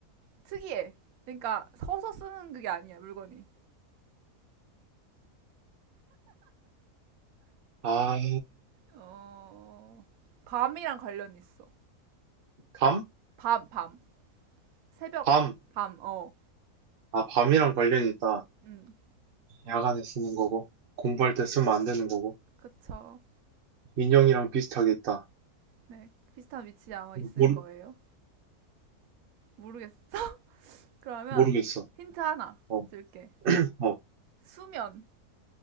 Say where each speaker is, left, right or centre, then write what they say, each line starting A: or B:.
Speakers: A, on the right; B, on the right.
A: 특이해. 그러니까 서서 쓰는 그게 아니야, 물건이.
B: 아,
A: 어, 밤이랑 관련이 있어.
B: 밤?
A: 밤, 밤. 새벽,
B: 밤.
A: 밤, 어.
B: 아, 밤이랑 관련이 있다.
A: 음,
B: 야간에 쓰는 거고, 공부할 때 쓰면 안 되는 거고,
A: 그쵸.
B: 인형이랑 비슷하게 있다.
A: 네, 비슷한 위치에 아마 있을
B: 모르,
A: 거예요. 모르겠어. <laughs> 그러면
B: 모르겠어.
A: 힌트 하나
B: 어,
A: 줄게.
B: 어.
A: 수면.